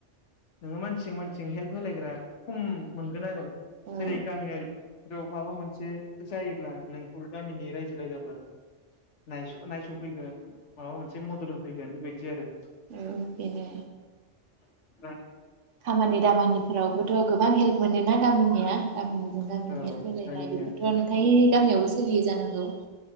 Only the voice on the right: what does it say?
औ
औ बेनो।
खामानि दामानि। रावबोथ' गोबां हेल्प मोनोना। गामिनिया। गामिनिजों गामिनि
हेल्प होलायनाय
बेफोरथ' नुथाय। गामियावबो सोलियो जानांगौ।